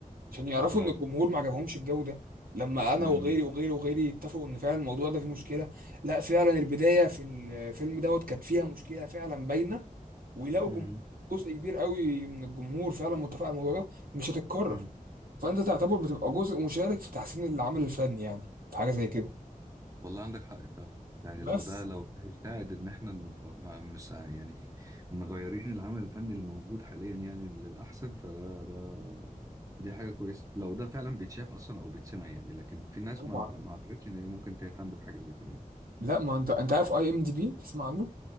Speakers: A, on the right (about 80°); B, on the right (about 25°).
A: عشان يعرفوا
B: اه
A: ان الجمهور ما عجبهمش الجو ده لما انا
B: مم.
A: وغيري وغيري وغيري اتفقوا ان فعلا الموضوع ده فيه مشكله لا فعلا البدايه في الفيلم دوت كانت فيها مشكله فعلا باينه ويلاقوا
B: مم.
A: جم- جزء كبير قوي من الجمهور فعلا متفق على الموضوع ده مش هتتكرر
B: مم.
A: فانت تعتبر بتبقى جزء مشارك في تحسين العمل الفني يعني في حاجه زي كده
B: والله عندك حق فعلا يعني
A: بس
B: لو ده لو ده هيساعد ان احنا نبقى مع- مس- يعني مغيرين العمل الفني اللي موجود حاليا يعني للاحسن فده ده دي حاجه كويسه لو ده فعلا بيتشاف اصلا او بيتسمع يعني لكن في ناس
A: طبعا
B: ما ما اعتقدش ان هي ممكن تهتم بحاجه زي كده يعني.
A: لا ما انت انت عارف اي ام دي بي تسمع عنه